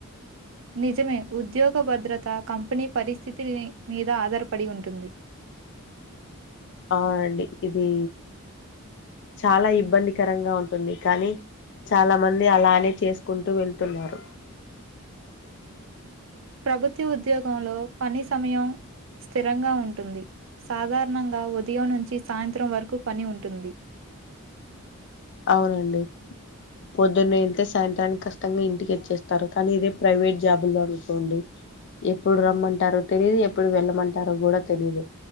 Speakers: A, on the right; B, on the left.
A: నిజమే ఉద్యోగ భద్రత కంపెనీ పరిస్థితి మీద ఆధారపడి ఉంటుంది
B: అవునండి ఇది చాలా ఇబ్బందికరంగా ఉంటుంది కానీ చాలా మంది అలానే చేసుకుంటూ వెళ్తున్నారు
A: ప్రభుత్వ ఉద్యోగంలో పని సమయం స్థిరంగా ఉంటుంది సాధారణంగా ఉదయం నుంచి సాయంత్రం వరకు పని ఉంటుంది
B: అవునండి పొద్దున్న వెళ్తే సాయంత్రానికి కష్టంగా ఇంటికి వచ్చేస్తారు కానీ ఇదే ప్రైవేట్ జాబుల్లో అనుకోండి ఎప్పుడు రమ్మంటారో తెలిదు ఎప్పుడు వెళ్ళమంటారో కూడా తెలియదు